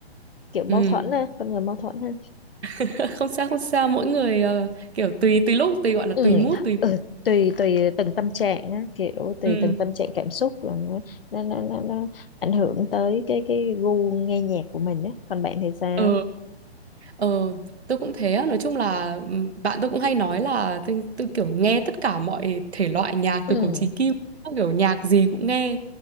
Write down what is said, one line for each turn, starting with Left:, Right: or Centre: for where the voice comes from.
Left: kiểu mâu
Right: ừ.
Left: thuẫn ha con người mâu thuẫn ha
Right: <laughs> Không sao, không sao, mỗi người ờ, kiểu tùy tùy lúc, tùy gọi là
Left: ừ,
Right: tùy mood, tùy...
Left: ừ tùy tùy từng tâm trạng á kiểu tùy
Right: Ừ.
Left: từng tâm trạng cảm xúc là nó nó nó, nó, nó ảnh hưởng tới cái cái gu nghe nhạc của mình á còn bạn thì sao
Right: ờ. Ờ, tôi cũng thế á. Nói chung là ừm, bạn tôi cũng hay nói là tôi, tôi kiểu nghe tất cả mọi thể loại nhạc
Left: ừ
Right: từ cổ chí kim, kiểu nhạc gì cũng nghe.